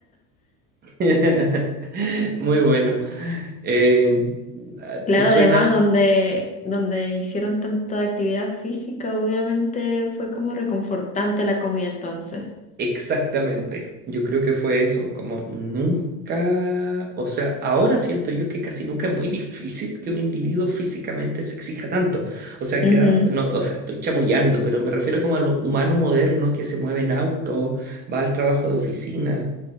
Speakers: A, on the right; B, on the left.
A: <laughs> Muy bueno. Eh,
B: Claro,
A: ¿te suena?
B: además donde, donde hicieron tanta actividad física, obviamente fue como reconfortante la comida entonces.
A: Exactamente, yo creo que fue eso, como nunca, o sea, ahora siento yo que casi nunca es muy difícil que un individuo físicamente se exija tanto, o sea,
B: Ujú,
A: queda, no, o sea, estoy chamullando, pero me refiero como a lo humano moderno que se mueve en auto, va al trabajo de oficina,